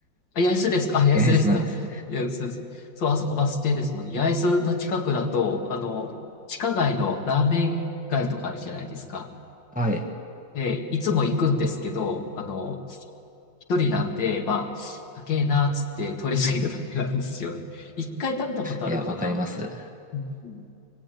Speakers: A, on the left (about 70°); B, in the centre.
A: あ、八重洲ですかあ、八重洲ですか。
B: やりそうなんです。
A: いや、そうです。そう、あそこバス停ですもんね。八重洲の近くだと、あの、地下街のラーメン街とかあるじゃないですか。
B: はい。
A: で、いつも行くんですけど、あの、一人なんで、まあ、高えなーっつって通り過ぎるだけなんですよね。一回食べたことあるかな。
B: いや、わかります。
A: うんうん